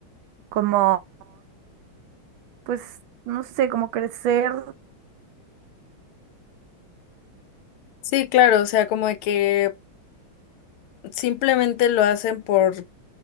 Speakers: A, on the right; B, on the left.
A: como, pues no sé, como crecer.
B: Sí, claro, o sea, como de que simplemente lo hacen por